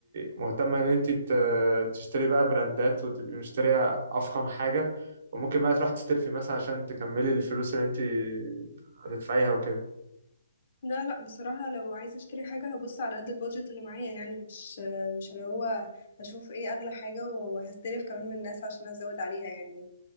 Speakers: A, on the right (about 55°); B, on the left (about 55°).
A: مهتمه ان انت ت... تشتري بقى براندات وتبقي مشتريه افخم حاجه وممكن بقى تروح تستلفي مثلا عشان تكملي الفلوس اللي انت هتدفعيها وكده
B: لا لا بصراحة لو عايزة اشتري حاجة هبص على قد البادجت اللي معايا يعني مش مش اللي هو هشوف ايه اغلى حاجة وهستلف كمان من الناس عشان ازود عليها يعني